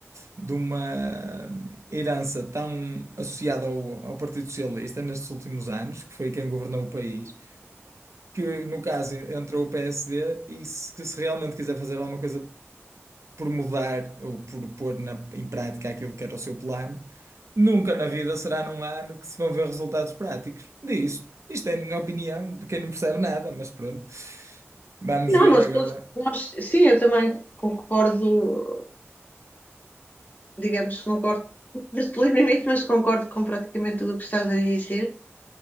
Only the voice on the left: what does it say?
Não,
nós
todos, nós, sim, eu também concordo, digamos que concordo <laughs> plenamente, mas concordo com praticamente tudo o que estás a dizer.